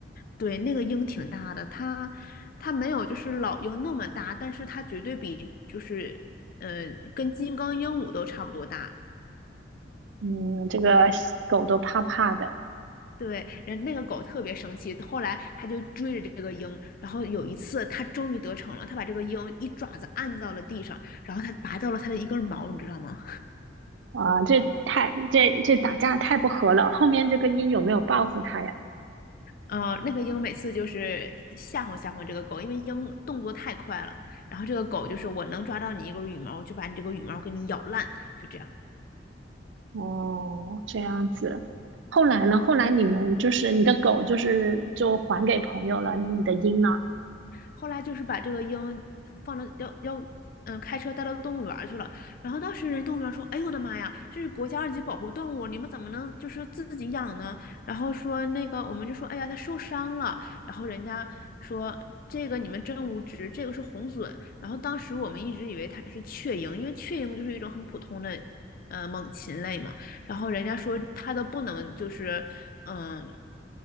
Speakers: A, on the left; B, on the right.
A: 对，那个鹰挺大的，它它没有就是老鹰那么大，但是它绝对比就是呃跟金刚鹦鹉都差不多大。
B: 嗯，这个狗都怕怕的
A: 对，人那个狗特别生气，后来它就追着这个鹰，然后有一次它终于得逞了，它把这个鹰一爪子按到了地上，然后它拔掉了它的一根毛，你知道吗？
B: 啊，这太这这打架太不和了。后面这个音有没有报复它呀？
A: 嗯，那个鹰每次就是吓唬吓唬这个狗，因为鹰动作太快了，然后这个狗就是我能抓到你一根羽毛，我就把你这个羽毛给你咬烂，就这样。
B: 哦，这样子。后来呢？
A: 嗯。
B: 后来你们就是你的狗，就是就还给朋友了，你的鹰呢？
A: 后来就是把这个鹰放到要要嗯开车带到动物园儿去了。然后当时人动物园说：“哎呦我的妈呀，这是国家二级保护动物，你们怎么能就是自己养呢？”然后说那个我们就说：“哎呀，它受伤了。”然后人家说：“这个你们真无知，这个是红隼。”然后当时我们一直以为它是雀鹰，因为雀鹰就是一种很普通的。呃，猛禽类嘛，然后人家说它都不能就是，嗯，